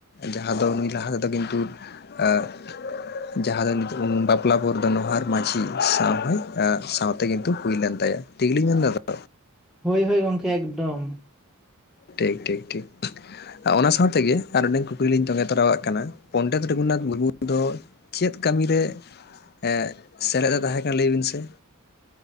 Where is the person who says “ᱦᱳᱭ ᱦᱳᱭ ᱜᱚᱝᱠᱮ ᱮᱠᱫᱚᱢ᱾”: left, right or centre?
Centre